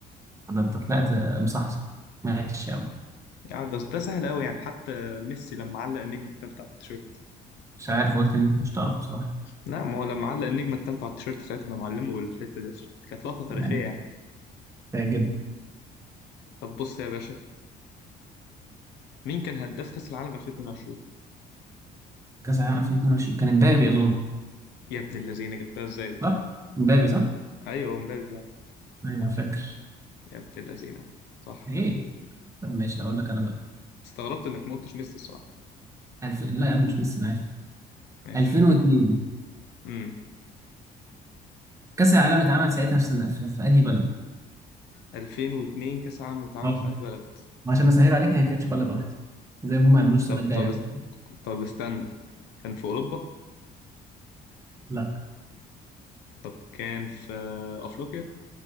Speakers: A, on the right; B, on the left.
A: ده انت طلعت آه، مصحصح ماشي يا عم
B: يعني ده ده سهل قوي يعني حتى ميسي لما علق النجمه الثالثه على التيشيرت
A: مش عارف قلت ان انت مش تعرف بصراحه
B: لا ما هو لما علق النجمه الثالثه على التيشيرت ساعتها انا معلمه بالحته دي اصلا كانت لقطه تاريخيه
A: يعني
B: يعني
A: تعجب
B: طب بص يا باشا مين كان هداف كاس العالم 2022
A: كاس العالم 2022 كان امبابي اظن
B: يا ابن الذين جبتها ازاي دي
A: صح امبابي صح
B: ايوه هو مبابي فعلا
A: ايوه فاكر
B: يا ابن اللذينة صح
A: ايه طب ماشي اقول لك انا بقى
B: استغربت انك ما قلتش ميسي الصراحة
A: الف... لا يا عم مش ميسي انا عارف
B: ماشي
A: 2002
B: امم
A: كاس العالم اتعمل ساعتها في سنة في, في انهي بلد
B: 2002 كأس العالم اتعمل
A: اه
B: في أي بلد
A: عشان اسهل عليك هي ما كانتش بلد واحده زي ما هم يعملوش السنه
B: طب
A: الجايه
B: طب
A: كده
B: است- طب استنى كان في أوروبا
A: لا
B: طب كان في أفريقيا